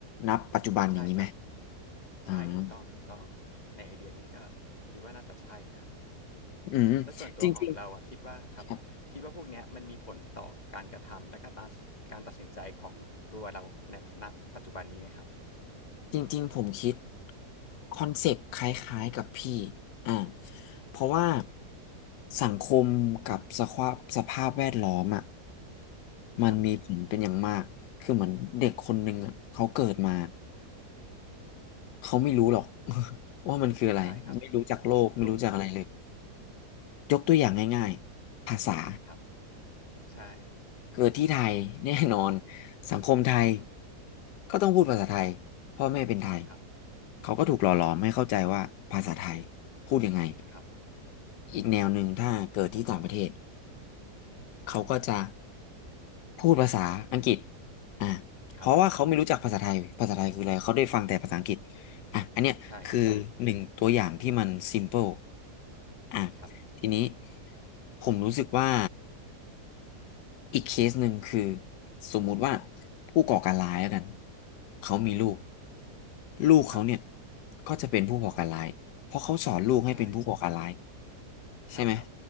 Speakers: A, on the left; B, on the left.
A: นับปัจจุบันอย่างนี้ไหม
B: ใช่ครับ
A: อ่า
B: ใช่ถูกต้องถูกต้องในไอเดียนี้ก็คิดว่าน่าจะใช่นะ
A: อืม
B: และส่วนตัวของเราอะคิดว่าครับคิดว่าพวกเนี้ยมันมีผลต่อการกระทำและก็การการตัดสินใจของตัวเราในณปัจจุบันนี้ไหมครับ
A: จริงๆ จริงๆผมคิดคอนเซปต์คล้ายๆกับพี่อ่าเพราะว่าสังคมกับสภาพสภาพแวดล้อมอ่ะมันมีผลเป็นอย่างมากคือเหมือนเด็กคนหนึ่งอ่ะเขาเกิดมา
B: ครับ
A: เขาไม่รู้หรอก <laughs> ว่ามันคืออะไรไม่รู้จักโลกไม่รู้จักอะไรเลย
B: ใช่ครับถูก
A: ยกตัวอย่างง่ายๆภาษา
B: ครับใช่
A: เกิดที่ไทย <laughs> แน่นอนสังคมไทย
B: อือฮึ
A: ก็ต้องพูดภาษาไทยพ่อแม่เป็นไทย
B: ครับ
A: เขาก็ถูกหล่อหลอมให้เข้าใจว่าภาษาไทยพูดยังไง
B: ครับ
A: อีกแนวหนึ่งถ้าเกิดที่ต่างประเทศเขาก็จะพูดภาษาอังกฤษอ่ะเพราะว่าเขาไม่รู้จักภาษาไทยภาษาไทยคืออะไรเขาได้ฟังแต่ภาษาอังกฤษ
B: ครับ
A: อ่ะอันเนี้ยคือหนึ่งตัวอย่างที่มัน
B: ใช่ถูกต้อง
A: simple อ่ะ
B: ครับ
A: ทีนี้ผมรู้สึกว่า อีกเคสหนึ่งคือสมมุติว่าผู้ก่อการร้ายแล้วกันเขามีลูก
B: อือฮึ
A: ลูกเขาเนี่ย
B: ครับ
A: ก็จะเป็นผู้ก่อการร้ายเพราะเขาสอนลูกให้เป็นผู้ก่อการร้าย
B: ใช่ ใช่ครับ
A: ใช่ไหม